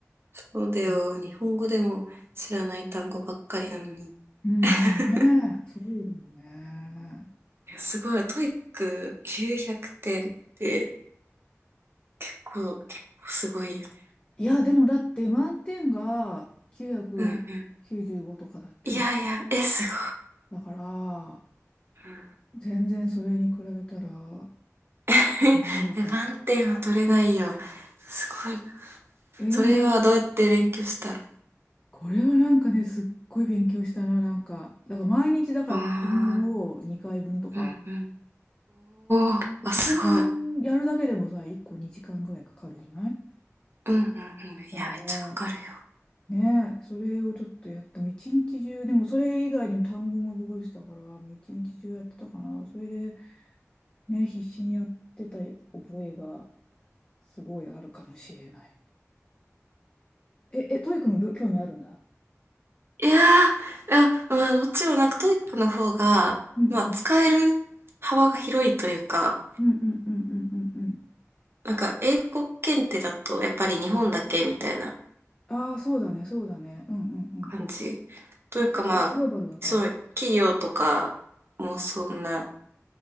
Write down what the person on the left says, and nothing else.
うん
うんうんね、
そうだよね。
いや、でもだって満点が995とかだっけ
だから、
全然それに比べたら、
ダメだと思う。
えーでもなん、
これはなんかね、すっごい勉強したな、なんか。だから毎日だから過去問を2回分とか。
で過去問やるだけでもさ、
1個2時間ぐらいかかるじゃない
だから、
ねえ、それをちょっとやっても、一日中、でもそれ以外にも単語も覚えてたから、もう一日中やってたから、それでね、必死にやってた覚えがすごいあるかもしれない。え、え、トイックも興味あるんだ。
うんうん。
うんうんうんうんうんうん。
ああ、そうだね、そうだね。うんうんうんうん。
あ、そっか、グローバルだから。